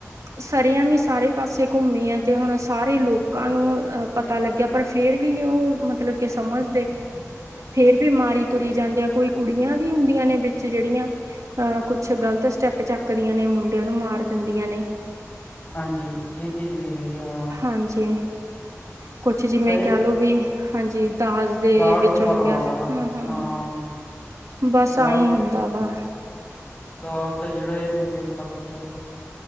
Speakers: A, on the right (about 80°); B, on the left (about 30°).
A: ਸਰੇਆਮ ਈ ਸਾਰੇ ਪਾਸੇ ਘੁੰਮੀ ਆ ਤੇ ਹੁਣ ਸਾਰੇ ਲੋਕਾਂ ਨੂੰ ਅ ਪਤਾ ਲੱਗਿਆ ਪਰ ਫੇਰ ਵੀ ਨੀ ਓ ਮਤਲਬ ਕੇ ਸਮਝਦੇ ਫੇਰ ਵੀ ਮਾਰੀ ਤੁਰੀ ਜਾਂਦੇ ਆ ਕੋਈ ਕੁੜੀਆਂ ਵੀ ਹੁੰਦੀਆਂ ਨੇ ਵਿੱਚ ਜੜੀਆਂ ਅ ਕੁਛ ਗਲਤ ਸਟੈਪ ਚੱਕਦੀਆਂ ਨੇ ਮੁੰਡਿਆਂ ਨੂੰ ਮਾਰ ਦਿੰਦੀਆਂ ਨੇ।
B: ਹਾਂਜੀ, ਏ ਚੀਜ ਵੀ ਹੈਗੀ ਆ।
A: ਹਾਂਜੀ, ਕੁਛ ਜਿਵੇਂ
B: ਵੈਸੇ
A: ਕੈਅ ਲੋੋ ਵੀ, ਹਾਂਜੀ ਦਾਜ਼ ਦੇ
B: ਲਾਲਚ
A: ਵਿੱਚ ਹੋ
B: ਮਰਵਾਉਂਦਾ
A: ਗਿਆ,
B: ਨਾ
A: ਹੂੰ-ਹੂੰ,
B: ਹਾਂ
A: ਬਸ
B: ਲਾਲ
A: ਆਂਈਂ ਹੁੰਦਾ ਵਾ।
B: ਲਾਲਚ ਆ ਜੜਾ ਏ ਬੰਦੇ ਨੂੰ ਖਤਮ ਕਰਦਾ ਵਾ।